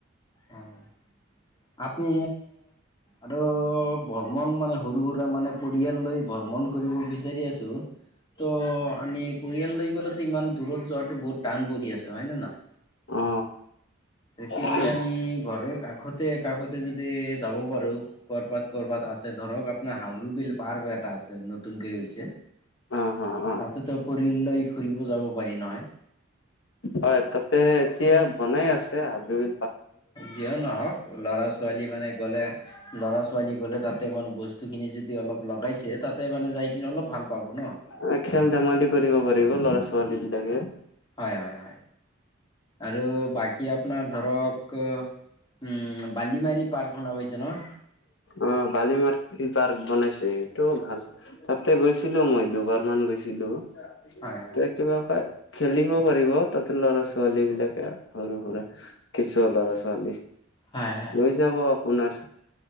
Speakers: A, on the left; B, on the left.
A: <unintelligible> আপনি আৰু বৰ্মন মানে সৰু-সুৰা মানে পৰিয়াল লৈ ভ্ৰমণ কৰিব বিচাৰি আছো। ত আমি পৰিয়াল লৈ গ'লেতো ইমান দূৰত যোৱাতো বহুত টান পৰি আছে, হয় নে নহয়?
B: অ
A: এতিয়া
B: ঠিকেই
A: আমি ঘৰৰ কাষতে কাষতে যদি যাব পাৰো কৰ'বাত কৰ'বাত আছে ধৰক আপোনাৰ হাওৰু বিল পাৰ্ক এটা আছে, নতুনকে হৈছে।
B: অ অ অ
A: তাতেতো পৰিয়াল লৈ ফুৰিব যাব পাৰি নহয়?
B: হয়, তাতে এতিয়া বনাই আছে হাববি
A: যিয়ে নহওঁক ল'ৰা ছোৱালী মানে গ'লে ল'ৰা ছোৱালী গ'লে তাতে মানে বস্তু খিনি যদি অলপ লগাইছে তাতে মানে যাই কিনে অলপ ভাল পাব ন?
B: অ, খেল ধেমালি কৰিব পাৰিব ল'ৰা ছোৱালী বিলাকে।
A: হয়-হয়। আৰু বাকী আপোনাৰ ধৰক অ, উম, বালিমাৰী পাৰ্ক শুনা পাইছে ন?
B: অ', বালিমাৰি পাৰ্ক বনাইছে, সেইটো ভাল। তাতে গৈছিলোঁ মই, দুবাৰ মান গৈছিলোঁ।
A: হয় হয়
B: ত কিবাকে খেলিব পাৰিব তাতে লৰা ছোৱালী বিলাকে। সৰু সুৰা কেঁচুৱা লৰা ছোৱালী।
A: হয়-হয়।
B: লৈ যাব আপোনাৰ